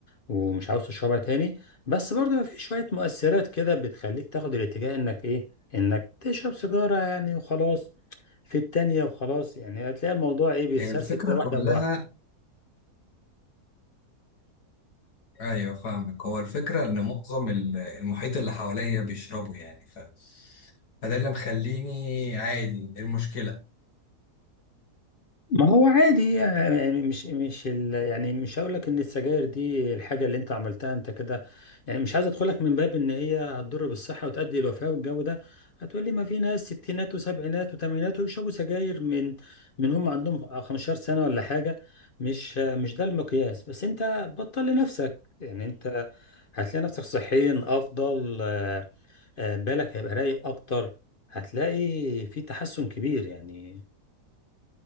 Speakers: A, on the left; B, on the left.
A: ومش عاوز تشربها تاني بس برضه في شوية مؤثرات كده بتخليك تاخد الاتجاه انك ايه انك تشرب سيجارة يعني وخلاص في التانية وخلاص يعني هتلاقي الموضوع ايه بيتسرسل
B: هي الفكرة
A: كده
B: كلها
A: واحدة بواحدة
B: ايوه فاهمك هو الفكره ان معظم ال- المحيط اللي حواليا بيشربوا يعني ف... فده اللي مخليني عادي إيه المشكله
A: ما هو عادي يعني مش مش ال يعني مش هقول لك ان السجاير دي الحاجه اللي انت عملتها انت كده يعني مش عايز ادخلك من باب ان هي هتضر بالصحه وتؤدي الوفاه والجو ده هتقول لي ما في ناس ستينات وسبعينات وثمانينات ويشربوا سجاير من من هم عندهم 15 سنه ولا حاجه مش مش ده المقياس بس انت بطل لنفسك يعني انت هتلاقي نفسك صحيا افضل آه، آه، بالك هيبقى رايق اكتر هتلاقي في تحسن كبير يعني